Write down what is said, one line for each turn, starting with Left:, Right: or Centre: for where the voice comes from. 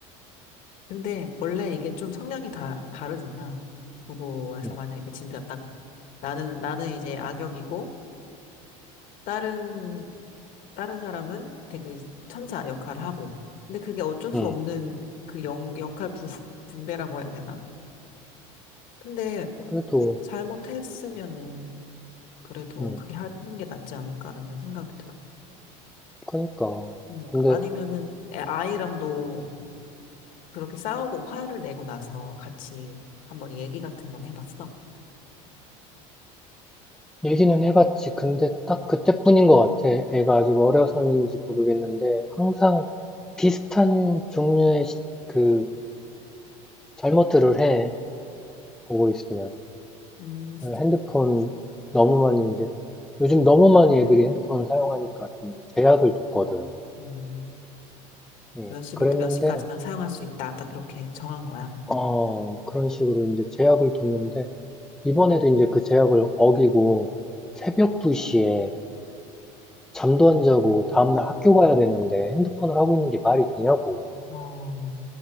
Left: 근데 원래 이게 좀 성향이 다 다르잖아. 부부에서
Centre: 응,
Left: 만약에 진짜 딱 나는 나는 이제 악역이고 다른, 다른 사람은 되게 천사 역할을 하고. 근데 그게 어쩔 수
Centre: 응.
Left: 없는 그 영, 역할 부, <laughs> 분배라고 해야 되나? 근데
Centre: 그래도,
Left: 잘못했으면은 그래도
Centre: 응,
Left: 그게 하는 게 낫지 않을까라는 생각이 들어.
Centre: 그니까.
Left: 그러니까.
Centre: 근데
Left: 아니면은 애- 아이랑도 그렇게 싸우고 화를 내고 나서 같이 한번 얘기 같은 건 해봤어?
Centre: 얘기는 해봤지. 근데 딱 그때뿐인 것 같아. 애가 아직 어려서인지 모르겠는데 항상 비슷한 종류의 시- 그 잘못들을 해. 보고 있으면.
Left: 음,
Centre: 핸드폰 너무 많이 이제 요즘 너무 많이 애들이 핸드폰을 사용하니까 좀 제약을 뒀거든.
Left: 음,
Centre: 음,
Left: 몇 시부터
Centre: 그랬는데,
Left: 몇 시까지만 사용할 수 있다. 딱 이렇게 정한 거야.
Centre: 어, 그런 식으로 이제 제약을 뒀는데, 이번에도 이제 그 제약을 어기고, 새벽 2시에 잠도 안 자고 다음날 학교 가야 되는데 핸드폰을 하고 있는 게 말이 되냐고.
Left: 어,